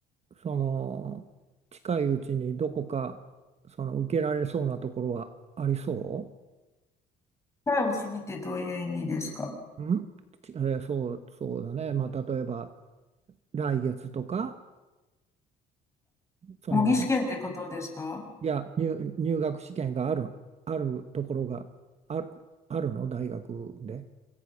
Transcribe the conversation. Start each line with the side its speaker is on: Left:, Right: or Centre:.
Right: その近いうちにどこかその受けられそうなところはありそ
Left: 近いうちにってどういう意味ですか
Right: う？ん？ちえーそう、そうだね。まあ、例えば来月とか、その、
Left: 模擬試験ってことですか
Right: いや、入、入学試験がある、あるところがある、あるの大学で。